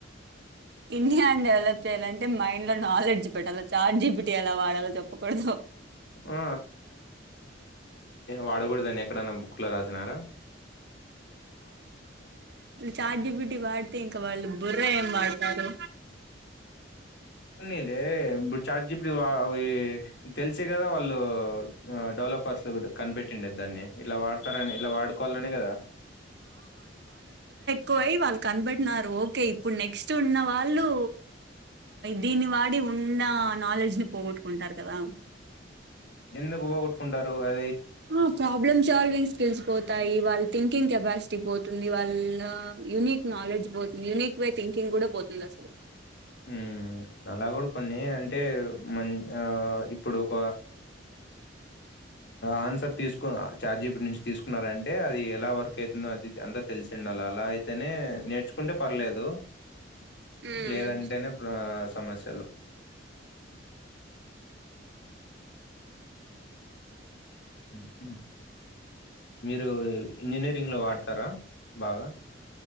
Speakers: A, on the right; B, on the left.
A: ఇండియాని డెవలప్ చేయాలంటే మైండ్ లో నాలెడ్జ్ పెట్టాలి చఛార్జీ పెటీ ఎలా వాడాలో చెప్పకూడదు
B: ఆ వాడకూడ దాన్ని ఎక్కడన్నా బుక్లో రాసినారా
A: చార్జిబిలిటీ వాడితే ఇంకా వాళ్ళు బుర్ర ఏం వాడతారు
B: పో నీలే ఇప్పుడు చార్జ్ అవి తెలిస కదా వాళ్ళు డ పలు కనిపెట్టండు ఇద్దరిని ఇట్ల వడ వతారని ఇలా వాడుకోవాలనే కదా
A: కోయి వాళ్ళు కనపెట్టినన్నారు ఓకే ఇప్పుడు నెక్స్ట్ ఉన్న వాళ్ళు దీని వాడి ఉన్నా నాలెడ్జ్ ను పోగట్టుకుంటారు కదా
B: ఎందుకు పోగొట్టుకుంటారు అ
A: ఆ ప్రాబ్లెమ్ సాల్వింగ్స్ స్కిల్స్ పోత యి వాళ్ళ థింకింగ్ కెపాసిటీ పోతుంది వాళ్ళ యూనిక్ నాలెడ్జ్ పోతుంది యూనిక్ వే థికింగ్ కూడా పోతుంది అసలు
B: ఉ అలా కూడా కొన్ని అంటే మ ఆ ఇప్పుడు ఒక
A: <inaudible>
B: ఆన్సర్ తీసుకు చాట్ జీపీటీ నుంచి తీసుకున్నార అంటే అది ఎలా వర్క్ అవుతుందో అది అంతా తెలిసడి ఉండాల అలా అయితేనే నేర్చుకుంటే పర్లేదు
A: ఉమ్
B: లేదంటేనే ప్ర సమస్యలు మ్మ్ మీరు ఇంజనీరింగ్ లో వాడతారా బాగా